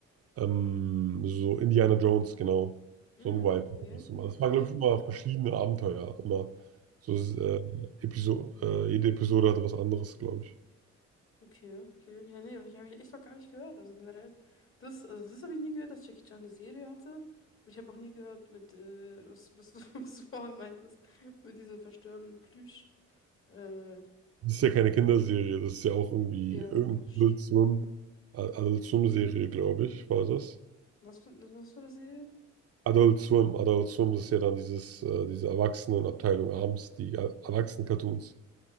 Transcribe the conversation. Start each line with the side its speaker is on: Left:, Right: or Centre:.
Right: Ähm, so Indiana Jones, genau,
Left: Mhm,
Right: so ein Vibe.
Left: okay.
Right: hat Das immer.
Left: Ja,
Right: Das war, glaube
Left: ich
Right: ich, immer
Left: verstehe.
Right: verschiedene Abenteuer, immer so äh, Episo äh, jede Episode hatte was anderes, glaube ich.
Left: Okay, okay. Ja, nee, aber ich habe ich echt noch gar nicht gehört. Also generell, das, also das habe ich nie gehört, dass Jackie Chan eine Serie hatte. Und ich habe auch nie gehört mit, äh, was, was du, <laughs> was du vorhin meintest, mit diesem verstörenden Plüsch. Äh,
Right: Das ist ja keine Kinderserie, das ist ja auch irgendwie
Left: ja,
Right: irgendeine
Left: ja, stimmt.
Right: Adult Swim, Adult Swim-Serie, glaube ich, war das.
Left: Was für, was für eine Serie?
Right: Adult Swim, Adult Swim, das ist ja dann dieses, äh, diese Erwachsenenabteilung abends, die äh, Erwachsenen-Cartoons.